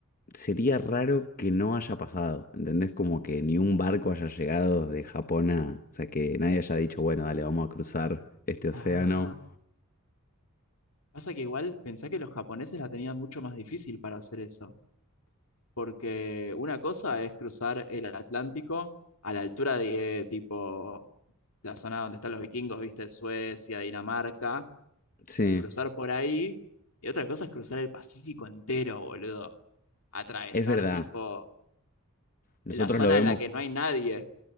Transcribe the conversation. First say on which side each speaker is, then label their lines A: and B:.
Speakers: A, on the left; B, on the left.
A: sería raro que no haya pasado, ¿entendés? Como que ni un barco haya llegado de Japón a, o sea, que nadie haya dicho, bueno, dale, vamos a cruzar este océano.
B: Ah. Pasa que igual pensá que los japoneses la tenían mucho más difícil para hacer eso. Porque una cosa es cruzar el Atlántico a la altura de eh, tipo la zona donde están los vikingos, viste, Suecia, Dinamarca.
A: Sí,
B: Cruzar por ahí. Y otra cosa es cruzar el Pacífico entero, boludo. Atravesar
A: es verdad.
B: tipo
A: Nosotros
B: la zona
A: lo vemos
B: en la que no hay nadie.